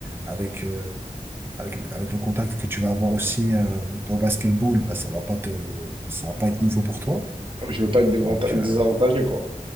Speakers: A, on the right; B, on the right.
A: avec, euh, avec, avec le contact que tu vas avoir aussi euh, au basketball, bah, ça va pas te, ça va pas être nouveau pour toi.
B: Je veux pas être dévanta-
A: Donc, euh,
B: désavantagé, quoi.